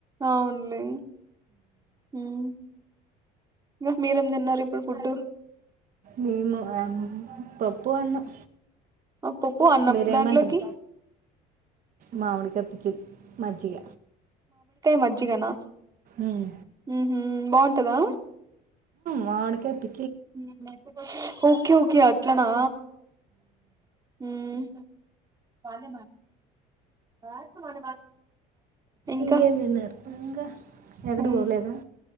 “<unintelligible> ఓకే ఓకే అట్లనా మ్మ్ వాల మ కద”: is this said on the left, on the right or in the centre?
Right